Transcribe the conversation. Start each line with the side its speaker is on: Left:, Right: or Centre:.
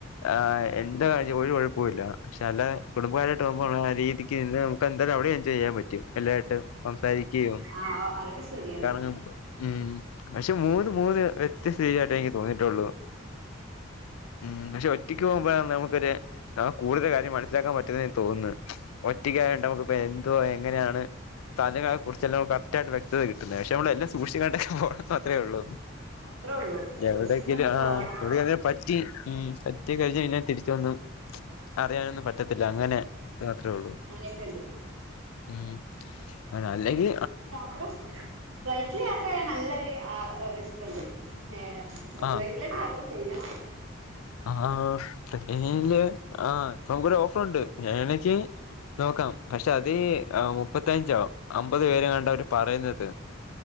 Left: ആഹ് എന്ത കാര്യവ്യം ഒരു കുഴപ്പവും ഇല്ല പക്ഷെ അല്ല കുടുംബകാരുമായിട്ട് പോകുമ്പോള്ള കാര്യ- രീതിക്ക് നിന്ന് നമുക്ക് എന്തായാലും അവിടെ എജോയ് ചെയ്യാൻ പ റ്റും എല്ലായിട്ടും സംസാരിക്കുകയും
Right: ആഹ് അതൊക്കെ ശരിയാണ്
Left: കറങ്ങാൻ ഉം പക്ഷെ മൂന്ന് മൂന്ന് വ്യത്യസ്ത രീതിയിയിട്ടേ എനിക്ക് തോന്നിയാട്ടൊള്ളു ഉം പക്ഷെ ഒറ്റക്ക് പോകുമ്പോഴ നമുക്കൊരു കൂടുതൽ കാര്യം മനസ്സിലാക്കാൻ പറ്റുന്ന എനിക് തോന്നുന്ന് ഒറ്റക്കായണ്ട് നമുക്ക് ഇപ്പ എന്തോ എങ്ങനെയാണ് സ്ഥലങ്ങളെ കുറിച്ചെല്ലാം കറക്ട്ട വക്തായാ കിട്ടുന്നത് പക്ഷ നമ്മ എല്ലാം സൂക്ഷിച്ചുക്കണ്ടൊക്കെ പോണം മാത്രേ ഉള്ളൂ
Right: അത്രേ ഉള്ളൂ സൂക്ഷിച്ചുംകണ്ട്
Left: എവിടക്കലും ആഹ്
Right: പോവണം
Left: എവിടെ പറ്റി ഉം പറ്റ്- റ്റി കഴിഞ്ഞാ പിന്നെ തിരിച്ചൊന്നും അറിയാനൊന്നും പറ്റത്തില്ല അങ്ങനെ ത്രള്ളൂ
Right: അങ്ങനെയൊക്കെണ്ട്
Left: ഉം അങ്ങനെ അല്ലെങ്കി
Right: അ യാത്ര ഫ്ലൈറ്റില് യാത്രയാൻ നല്ലൊരു ഇഷ്ടണ്ട് ഏഹ് എപ്പോളെങ്കിലയിട്ട്
Left: ആഹ്
Right: യാത്ര ചെയ്യണം
Left: ആഹ് <unintelligible> മുക്കൊരു ഓഫറുണ്ട് <unintelligible> നോക്കാം പക്ഷെ അത് മുപ്പത്തയഞ്ചോ അമ്പത് പേരാ കണ്ട അവര് പറയുന്നത്